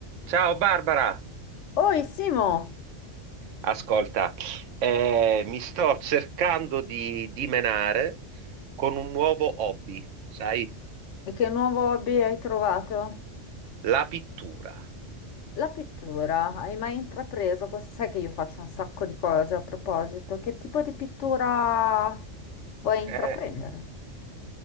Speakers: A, on the right; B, on the left.
A: Ciao Barbara,
B: Oi Simo,
A: ascolta, eh, mi sto cercando di dimenare con un nuovo hobby, sai,
B: e che nuovo hobby hai trovato?
A: la pittura.
B: La pittura, hai mai intrapreso? questo? Sai che io faccio un sacco di cose a proposito. Che tipo di pittura vuoi intraprendere?
A: Eh,